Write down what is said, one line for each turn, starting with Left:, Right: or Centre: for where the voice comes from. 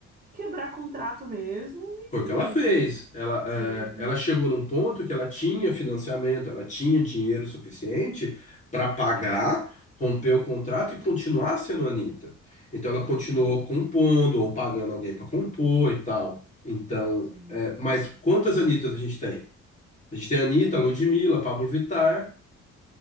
Right: quebrar contrato mesmo
Left: Foi
Right: e
Left: o que ela fez. Ela,
Right: sim,
Left: eh, ela chegou num ponto que ela tinha financiamento, ela tinha dinheiro suficiente para pagar, romper o contrato e continuar sendo a Anitta. Então ela
Right: uhum,
Left: continuou compondo ou pagando alguém para compor e tal. Então,
Right: sim,
Left: eh,
Right: sim,
Left: mas quantas Anitas a gente tem? A gente tem a Anitta,
Right: É.
Left: a Ludmilla, Pablo Vittar,